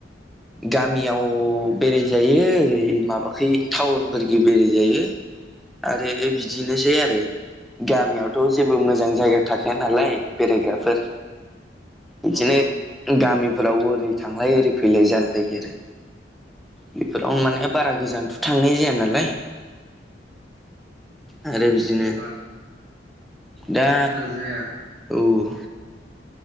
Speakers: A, in the centre; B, on the right.
A: गामियाव बेरायजायो ओरै माबा खै टाउनफोरख बेराय जायो आरो बिदिनोसै आरो। गामियावथ' जेबो मोजां जायगा थाखाया नालाय बेरायग्राफोर। बिदिनो
B: ओ
A: गामिफोराव ओरै थांलाय ओरै फैलाय जालायलायो आरो। बेफोरावनो माने बारा गोजानथ' थांनाय जाया नालाय। आरो बिदिनो
B: अ
A: दा
B: जाया।
A: औ